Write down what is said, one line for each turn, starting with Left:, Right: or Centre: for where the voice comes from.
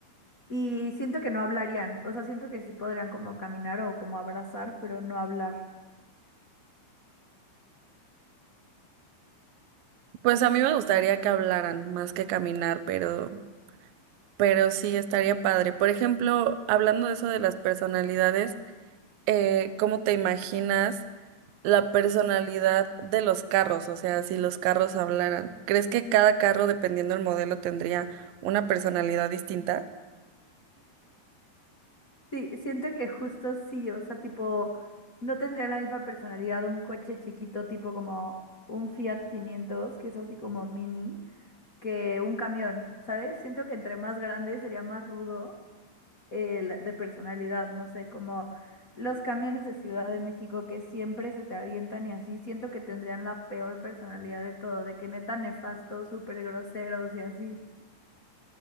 Left: Y siento que no hablarían, o sea, siento que sí podrían como caminar o como abrazar, pero no hablar.
Right: Pues a mí me gustaría que hablaran más que caminar, pero, pero sí estaría padre. Por ejemplo, hablando de eso de las personalidades, eh, ¿cómo te imaginas la personalidad de los carros? O sea, si los carros hablaran, ¿crees que cada carro, dependiendo del modelo, tendría una personalidad distinta?
Left: Sí, siento que justo sí, o sea, tipo, no tendría la misma personalidad un coche chiquito, tipo como un Fiat 500 que es así como mini, que un camión, ¿sabes? Siento que entre más grande sería más rudo. eh, la- de personalidad, no sé, como los camiones de Ciudad de México que siempre se te avientan y así, siento que tendrían la peor personalidad de todo, de que neta nefastos, súper groseros y así.